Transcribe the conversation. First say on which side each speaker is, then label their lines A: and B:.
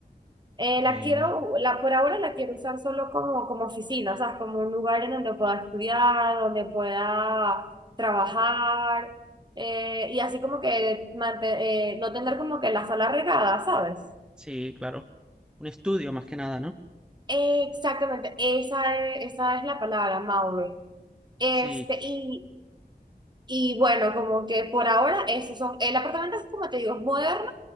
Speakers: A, on the right (about 25°); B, in the centre.
A: eh,
B: eh,
A: la quiero, la por ahora la quiero usar solo como, como oficina, o sea, como un lugar en donde pueda estudiar, donde pueda trabajar, eh, y así como que mante- eh, no tener como que la sala regada, ¿sabes?
B: sí, claro. Un estudio más que nada, ¿no?
A: Exactamente, esa es, esa es la palabra, Maure. Este,
B: Sí,
A: y, y bueno, como que por ahora esos son, el apartamento es como te digo, es moderno,